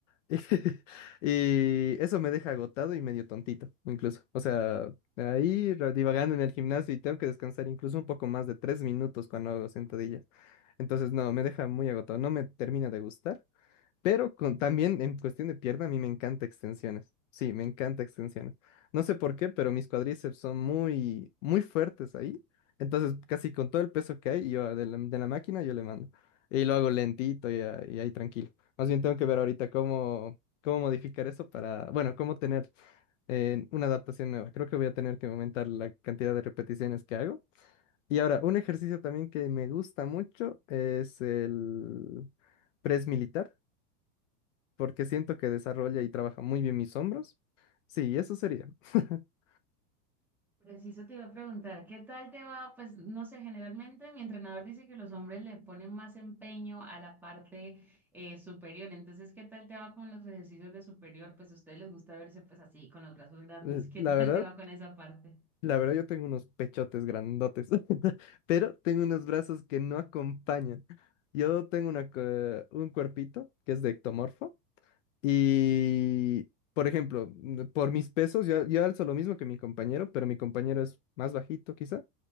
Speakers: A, on the left; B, in the centre.
A: <laughs> Y eso me deja agotado y medio tontito, incluso. O sea, ahí ra- divagando en el gimnasio y tengo que descansar incluso un poco más de tres minutos cuando hago sentadillas. Entonces, no, me deja muy agotado, no me termina de gustar. Pero con, también en cuestión de pierna, a mí me encanta extensiones. Sí, me encanta extensiones. No sé por qué, pero mis cuádriceps son muy, muy fuertes ahí. Entonces, casi con todo el peso que hay, yo de la, de la máquina, yo le mando. Y lo hago lentito y, a- y ahí tranquilo. Más bien tengo que ver ahorita cómo, cómo modificar eso para, bueno, cómo tener eh, una adaptación nueva. Creo que voy a tener que aumentar la cantidad de repeticiones que hago. Y ahora, un ejercicio también que me gusta mucho es el press militar porque siento que desarrolla y trabaja muy bien mis hombros. Sí, eso sería. <laughs>
B: Preciso te iba a preguntar, ¿qué tal te va? Pues no sé, generalmente mi entrenador dice que los hombres le ponen más empeño a la parte eh, superior. Entonces, ¿qué tal te va con los ejercicios de superior? Pues a ustedes les gusta verse pues así, con los brazos grandes.
A: L-
B: ¿Qué
A: La
B: tal
A: verdad,
B: te va con esa parte? <laughs>
A: la verdad yo tengo unos pechotes grandotes, <laughs> pero tengo unos brazos que no acompañan. Yo tengo una, cue- un cuerpito que es de ectomorfo y, por ejemplo, mm, por mis pesos, yo, yo alzo lo mismo que mi compañero, pero mi compañero es más bajito quizá